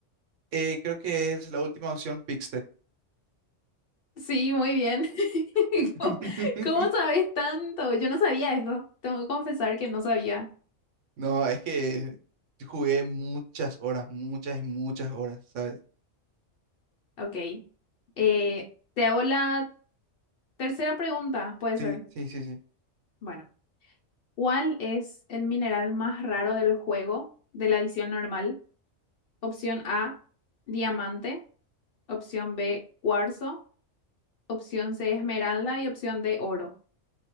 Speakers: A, on the right; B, on the left.
A: Eh, creo que es la última opción, Pixtec.
B: Sí, muy bien. <laughs>
A: <laughs>
B: ¿Cómo, cómo sabes tanto? Yo no sabía eso. Tengo que confesar que no sabía.
A: No, es que jugué muchas horas, muchas y muchas horas, ¿sabes?
B: Ok. Eh, te hago la tercera pregunta, puede
A: Sí,
B: ser.
A: sí, sí, sí.
B: Bueno, ¿cuál es el mineral más raro del juego de la edición normal? Opción A, diamante. Opción B, cuarzo. Opción C, esmeralda y opción D, oro.